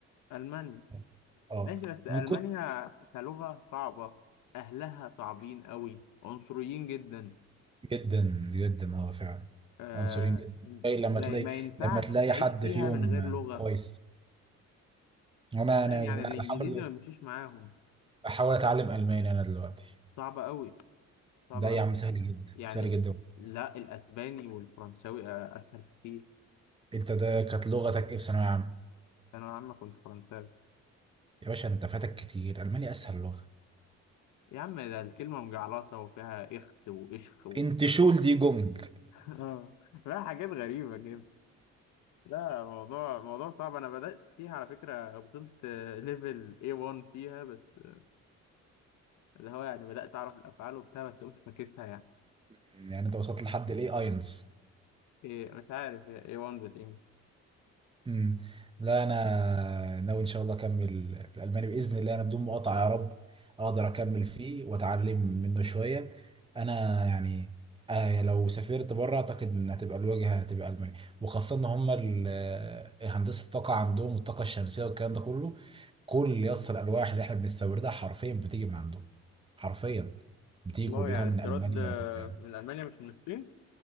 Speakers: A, on the left; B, on the right.
A: ألمانيا
B: خلاص. اه
A: ماشي بس ألمانيا
B: من كتر
A: كلغة صعبة أهلها صعبين قوي عنصريين جدا
B: جدا جدا اه فعلا
A: آه
B: عنصرين جدا اي
A: ما
B: لما تلاقي
A: ما ينفعش
B: لما تلاقي
A: تعيش
B: حد
A: فيها
B: فيهم
A: من غير
B: آه،
A: لغة
B: كويس وانا
A: أنت فاهم
B: انا
A: يعني الانجليزي
B: بحاول
A: ما بيمشيش معاهم
B: بحاول اتعلم الماني انا دلوقتي
A: صعب قوي صعب
B: ده
A: قوي
B: يا عم سهل جدا
A: يعني
B: سهل جدا
A: لا الاسباني والفرنساوي آه، اسهل كتير
B: انت ده كانت لغتك ايه في ثانويه عامه
A: انا يا عم كنت فرنساوي
B: يا باشا انت فاتك كتير الماني اسهل لغه
A: يا عم ده الكلمه مجعلصه وفيها اخت واشخ و...
B: انت شول دي جونج
A: <laughs> آه، فيها حاجات غريبه كده لا موضوع موضوع صعب انا بدات فيها على فكره وصلت ليفل A1 فيها بس آه، اللي هو يعني بدات اعرف الافعال وبتاع بس قمت فاكسها يعني
B: <laughs> يعني انت وصلت لحد الاي اينز
A: إيه مش عارف هي A1 بالانجلش
B: امم لا انا ناوي ان شاء الله اكمل في الالماني باذن الله انا بدون مقاطعه يا رب اقدر اكمل فيه واتعلم منه شويه انا يعني آه لو سافرت بره اعتقد ان هتبقى الواجهه هتبقى المانيا وخاصه ان هم ال- آه، هندسه الطاقه عندهم والطاقه الشمسيه والكلام ده كله كل يص الالواح اللي احنا بنستوردها حرفيا بتيجي من عندهم حرفيا بتيجي
A: والله
B: كلها
A: يعني
B: من
A: استيراد
B: المانيا
A: آه،
B: وبتاع
A: من المانيا مش من الصين